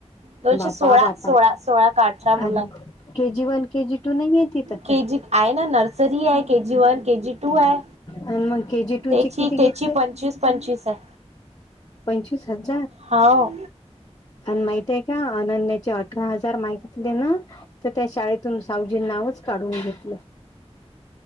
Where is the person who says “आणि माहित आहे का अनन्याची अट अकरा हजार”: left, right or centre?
Left